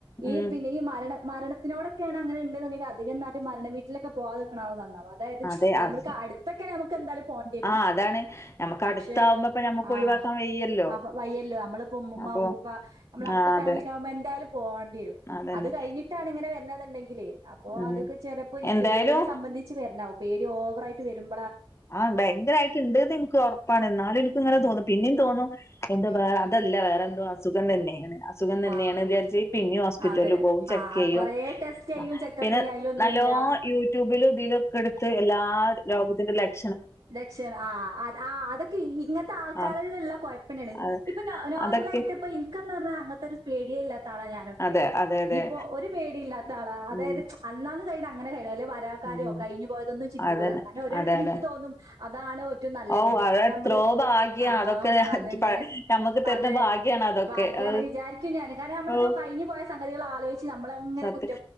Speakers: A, on the right; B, on the left.
A: ഈ
B: ഉം
A: ഇത്‌ പിന്നെ ഈ മരണ മരണത്തിനോടെക്കേണ് അങ്ങനെ ഇണ്ട്ന്ന്ണ്ടെങ്കി അധികം മായിട്ട് മരണം വീട്ടിലൊക്കെ പോവാതെ നക്ക്‌ണാവും ന്നന്നാവാ അതായത്
B: അതെ
A: നമ്മൾക്ക്
B: അത്
A: അട്ത്തൊക്കെ ആണെ നമുക്ക് എന്തായാലും പോണ്ട്യെരും
B: ആ അതാണ് നമുക്ക്
A: ആഹ് പക്ഷെ
B: അടുത്താവുമ്പോ ഇപ്പൊ നമുക്ക്
A: ആഹ്
B: ഒഴിവാക്കാൻ വയ്യല്ലോ
A: അപ്പ വയ്യല്ലോ അമ്മള് പ്പൊ ഉമ്മുമ്മ
B: അപ്പൊ
A: ഉപ്പുപ്പാ അമ്മളെ അട്ത്ത
B: ആ
A: ഫാമിലി
B: അതെ
A: ഒക്കെ ആവുമ്പോ എന്തായാലും പോവണ്ടി വെരും
B: അതന്നെ
A: അത് കഴിഞ്ഞിട്ടാണ് ഇങ്ങനെ വെര്ന് ന്ന്ണ്ടെങ്കില് അപ്പൊ
B: ഉം
A: അതൊക്കെ ചെലപ്പൊരീ
B: എന്തായാലും
A: പേടിനെ സംബന്ധിച്ച് വെര്ണാവും പേടി ഓവറായിട്ട് വെരും
B: ആഹ് ഭയങ്കരായിട്ട് ഇണ്ട്ന്ന് ഇൻക്കൊറ പ്പാണ് ഇന്നാലും ഇൻക്ക് ഇങ്ങനെ
A: ഉം
B: തോന്നും പിന്നിം തോന്ന എന്താ
A: ഉം
B: വേ അതല്ല വേറെ എന്തോ അസുഖം തന്നേണ് അസുഖം തന്നേണ്ന്ന്
A: ആഹ്
B: വിചാരിച്ച് പിന്നിം ഹോസ്പിറ്റൽല്
A: അതെ
B: പോവും ചെക്കെയ്യും
A: ആഹ് കൊറേ ടെസ്റ്റ് ചെയ്യും
B: അഹ്
A: ചെക്കപ്പ്
B: പിന്നെ
A: ചെയ്യും അതിലൊന്നുല്ല
B: നല്ലോം യൂട്യൂബിലും ഇതിലൊക്കെ എട്ത്ത് എല്ലാ രോഗത്തിന്റെ ലക്
A: ലക്ഷണ ആഹ് അത് ആഹ് അതൊക്കെ ഇങ്ങത്തെ ആൾക്കാരേല്ള്ള
B: ആഹ്
A: കൊഴപ്പെന്നേണ്
B: അഹ്
A: ഇപ്പൊ നോ നോർമലായിട്ട്
B: അതൊക്കെ
A: ഇപ്പ ഇൻക്ക്ന്ന് പർഞ്ഞാ അങ്ങത്തൊരു പേടിയെ ഇല്ലാത്ത ആളാണ് ഞാനൊക്കെ
B: അതെ അതെ അതെ
A: ഇനിയിപ്പോ ഒര് പേടില്ലാത്ത ആളാ അതായത്
B: ഉം
A: അന്നാന്ന് കഴിണെഹ് അങ്ങനെ കഴിയേണം വല്ലാ വാ രാക്കാര്യോ
B: ഉം
A: കഴിഞ്ഞ് പോയതൊന്നും ചിന്തിക്കൂല്ല
B: അതന്നെ
A: കാരണം ഒര് കണക്കിന്
B: അതെ അതെ
A: ഇൻക്ക് തോന്നും അതാണ് ഓറ്റവും നല്ലത്ന്ന്
B: ഔ
A: ഇപ്പോ
B: അത് എത്രോ
A: ഞമ്മള്
B: ഭാഗ്യാ
A: ആഹ്
B: അതൊക്കെ
A: അതെന്നെ
B: ഞമ്മക്ക് തരുന്ന
A: അതെ
B: ഭാഗ്യാണ് അതൊക്കെ
A: ഭാഗ്യാണ്
B: അത്
A: വിചാരിക്കും ഞാന് കാരണം നമ്മളിപ്പോ
B: ഓഹ്
A: കഴിഞ്ഞ് പോയ സംഗതികൾ ആലോയിച്ച് ഞമ്മളെ ഇങ്ങനെ
B: സത്യം
A: കുറ്റ്